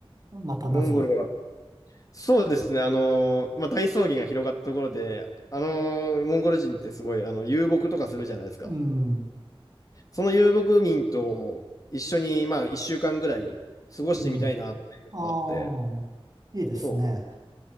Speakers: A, on the right (about 40°); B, on the left (about 35°).
A: またなぜ。
B: う。モンゴルはそうですね。あのーまあ、大草原が広がったところで、あのーモンゴル人ってすごい、あの、遊牧とかするじゃないですか。
A: うん、
B: その遊牧民と一緒に、まあ、一週間ぐらい過ごしてみたいなっていうのがあって、
A: うん。ああ、いいですね。
B: そう。